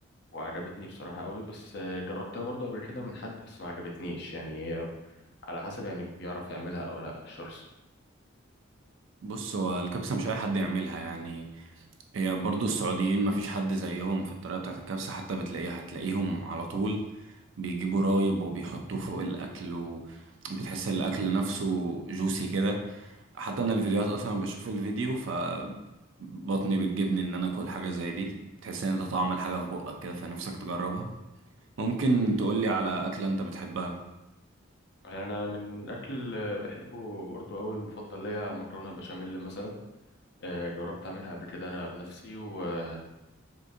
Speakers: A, on the left; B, on the right.
A: وعجبتني بصراحة قوي بس آه، جربتها برضو قبل كده من حد بس ما عجبتنيش يعني آه، على حسب يعني بيعرف يعملها او لا الشخص
B: بص هو الكبسة مش أي حد يعملها يعني هي برضو السعوديين مفيش حد زيهم في الطريقة بتاعت الكبسة حتى بتلاقيها هتلاقيهم على طول بيجيبوا رايب وبيحطوه فوق الأكل وبتحس الأكل نفسه جوسي كده حتى من الفيديوهات أصلا بشوف الفيديو فبطني بتجبني إن أنا أكل حاجة زي دي تحس إن أنت طعم الحاجة في بقك كده فنفسك تجربها ممكن تقولي على أكلة أنت بتحبها
A: انا من اكل آه، بحبه برضه قوي مفضل ليا مكرونه بشاميل مثلا آه، جربت اعملها قبل كده انا بنفسي ويعني